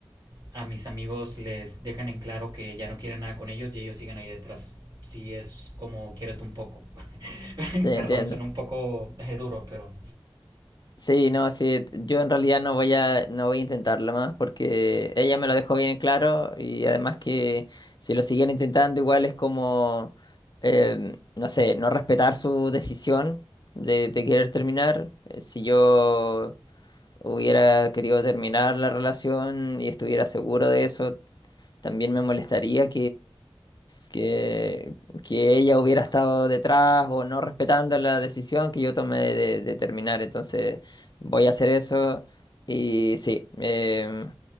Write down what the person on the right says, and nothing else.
a mis amigos les dejan en claro que ya no quieren nada con ellos y ellos siguen ahí detrás. Sí es como quiérete un poco. <laughs>
Perdón, son un poco eh, duro, pero